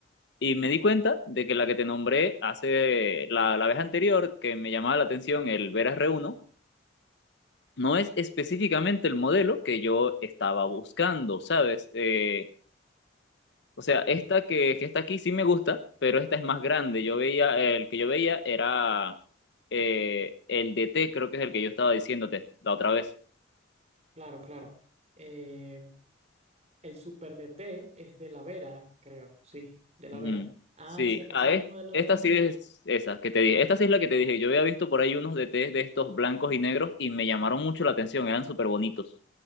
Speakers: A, on the left; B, on the right.
A: Y me di cuenta de que la que te nombré hace la, la vez anterior, que me llamaba la atención el Vera r uno no es específicamente el modelo que yo estaba buscando, ¿sabes? Eh, o sea, esta
B: Ujú.
A: que, que está aquí sí me gusta, pero esta es más grande. Yo veía, el que yo veía era eh, el DT, creo que es el que yo estaba diciéndote la otra vez.
B: Claro, claro. Eh, el Super DT es de la Vera, creo, sí, de la
A: Ujú.
B: Vera. Ah,
A: Sí,
B: ese, ese
A: a
B: es
A: es-
B: un modelo.
A: esta sí es esa que te dije. Esta sí es la que te dije. Yo había visto por ahí unos de té de estos blancos y negros y me llamaron mucho la atención. Eran súper bonitos.